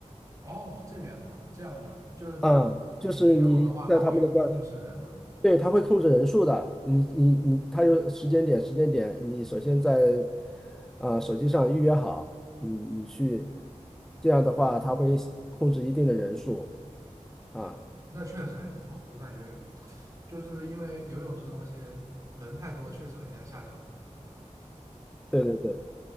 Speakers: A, on the right (about 25°); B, in the centre.
A: 哦，这边的吗？这样的吗？就是比如
B: 啊，就是你在他们的官
A: 你去游泳的话，它会控制人吗？
B: 对，它会控制人数的。你你你，它有时间点，时间点，你首先在啊、手机上预约好，你你去，这样的话，
A: 嗯，
B: 它会控制一定的人数啊。
A: 懂了那确实还挺好的。我感觉就是因为游泳这个东西人太多，确实很像下饺子，你知道吧？
B: 对对对。